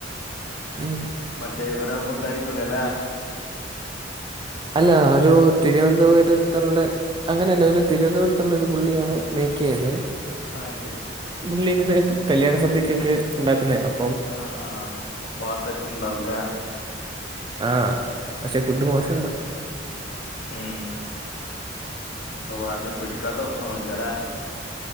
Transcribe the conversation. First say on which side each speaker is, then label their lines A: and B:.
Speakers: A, on the right; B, on the left.
A: ഉം
B: മറ്റേ ഇവരെ ഫുഡ് ആരിക്കുല്ലേ
A: അല്ല ഒരു തിരുവനന്തപുരത്തുള്ള അങ്ങനെയല്ല ഒരു തിരുവനന്തപുരത്തുള്ളരു പുള്ളിയാണ് മേക്ക് ചെയുന്നെ
B: ആ ശരി
A: പുള്ളി ഇങ്ങനെ കല്യാണ സദ്യക്കൊക്കെ ഉണ്ടാകുന്നെ ആഹ്
B: ആഹ് അപ്പോ ആ ടച്ച്‌ ഇണ്ടാവൂലേ
A: ആഹ് പക്ഷെ ഫുഡ് മോശാണ്
B: ഉം അപ്പൊ പറഞ്ഞ് പിടിക്കാത്ത പ്രശ്നണില്ലേ